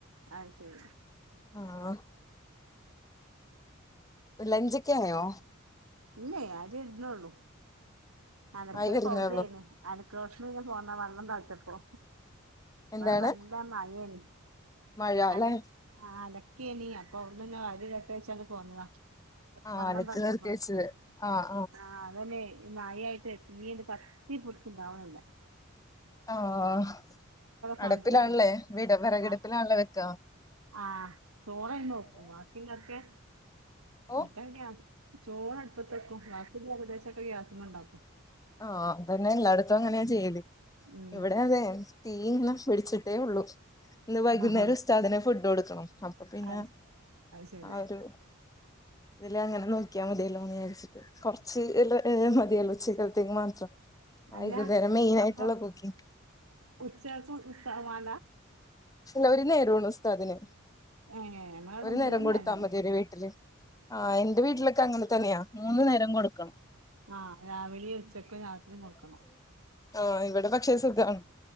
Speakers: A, on the right; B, on the left.
A: അത് ശരി
B: ആഹ്. ലെഞ്ചൊക്കേയോ?
A: ഇല്ലെയ് അരിഇട്ണൊള്ളൂ അലക്കല്
B: ആയി വരുന്നേള്ളൂ
A: പൗതിയായ്ന്നു അലക്ക്ണോട്ത്ത്ന്ന് പോന്നതാണ് വെള്ളം തൾച്ചപ്പൊ.
B: എന്താണ്
A: ഇവടെ നല്ല മഴേണ്
B: മഴ അല്ലെ
A: അല ആഹ് അലക്കേന് അപ്പൊ അവിട്ന്ന്ന്ന വ എട്ട വഴച്ചാണ്ട് പോന്നതാ.
B: ആഹ്
A: വള്ളം
B: അലക്ക്
A: തളച്ചാപ്പ
B: നിർത്തി വെച്ചത് ആഹ്
A: ആഹ്. അവനെ മയായിട്ട് തീണ്ട് കത്തി പിടിച്ചുണ്ടാവ്ണില്ല.
B: ആഹ്
A: തണ്ത്തിട്ടെ
B: അട്പ്പിലാണ്ലേ വീട വിറകടുപ്പിലാണ്ല്ലേ
A: ആഹ്
B: വെക്കാ.
A: ആഹ് ചോറയ്മെവെക്കും ബാക്കിള്ളൊക്കെ
B: ഓ
A: മറ്റേത് ഗ്യാ ചോറട്പ്പത്തക്കും ബാക്കിള്ള ഏകദേശൊക്കെ ഗ്യാസിമെണ്ടാക്കും.
B: ആഹ് അതന്നെ എല്ലായിടത്തും അങ്ങനെയാചെയ്യല്
A: ഉം
B: ഇവിടെ അതെ തീ ഇങ്ങനെ പി ട്ടേ ഒള്ളൂ ഇന്ന് വൈകുന്നേരം
A: ആഹാ
B: ഉസ്താദിന് ഫുഡ് കൊട്ക്കണം. അപ്പൊ പിന്നെ
A: അത് ശ- അത് ശരി
B: ആഹ് ഒരു. ഇതില് അങ്ങനെ നോക്കിയാമതിയല്ലോ എന്ന്വിചാര്ച്ചിട്ട് കൊർച്ച് മതിയല്ലോ ഉച്ചക്ക മാത്രം വൈകുന്നേരം
A: അല്ല
B: മെയിനായിട്ട്ള്ള
A: അപ്പൊ
B: കുക്കിംഗ്
A: ഉച്ചക്ക് ഉസ്താത് വാണ്ടാ.
B: ഇല്ല ഒരു നേരള്ളു ഉസ്താദിന്
A: ഏ ഞങ്ങളവിടെ
B: ഒരു നേരം
A: മൂന്ന്
B: കൊടുത്താ
A: നേരണ്ട്.
B: മതി ഒരു വീട്ടില്. ആഹ് എന്റെ വീട്ടിലൊക്കെ അങ്ങനെ തന്നെയാ മൂന്ന് നേരം കൊടുക്കണം.
A: ആഹ് രാവിലിം ഉച്ചക്കും രാത്രിം കൊടുക്കണം
B: ആഹ് ഇവിടെ പക്ഷേ സുഖാണ്